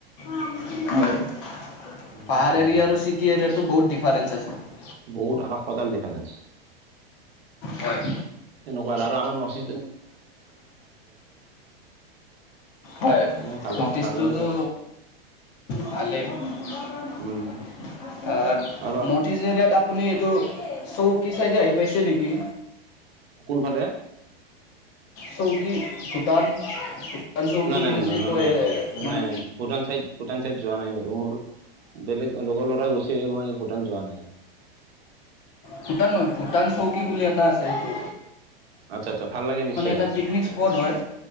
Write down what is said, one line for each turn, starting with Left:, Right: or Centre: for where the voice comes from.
Left: হয়। পাহাৰ এৰিয়া আৰু
Right: উম,
Left: চিটি
Right: তেনেকুৱা
Left: এৰিয়াটো
Right: আৰু
Left: বহুত ডিফাৰেন্ঞ্চ আছে।
Right: বহুত আকাশ-পাতাল ডিফাৰেঞ্চ।
Left: হয়
Right: তেনেকুৱা আৰু আমাৰ নচি
Left: হয়
Right: সেইকাৰণে ভাল
Left: টিছতুটো
Right: ভাল লাগে আৰু
Left: ভালে। নৰ্থ
Right: উম আৰু
Left: ইষ্ট এেৰিয়াত আপুনি এইটো, চৌকি চাইডে আহি পাইছে নেকি?
Right: কোনফালে?
Left: চৌকী, ভূটান। ভূটান চৌকী
Right: নাই, নাই,
Left: বুলি
Right: নাই, ন,
Left: যি
Right: ন,
Left: কয়
Right: নাই,
Left: মানে
Right: নাই, নাই, ভূটান চাইদ, ভূটান চাইড যোৱা নাই বাৰু। মোৰ বেলেগ, লগৰ ল'ৰা গৈছে, মই ভূটান যোৱা নাই।
Left: ভূটান নহয়, ভূটান চৌকী বুলি এটা আছে হেইটো।
Right: আটছা, আটছা। ভাল লাগে নিশ্চয়।
Left: এটা পিকনিক স্পট হয়,